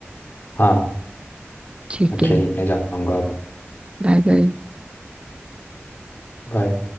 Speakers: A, on the left (about 40°); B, on the right (about 25°).
A: हाँ
B: ठीक
A: मैं
B: है
A: खेलने जाऊंगा अब
B: Bye bye
A: बाय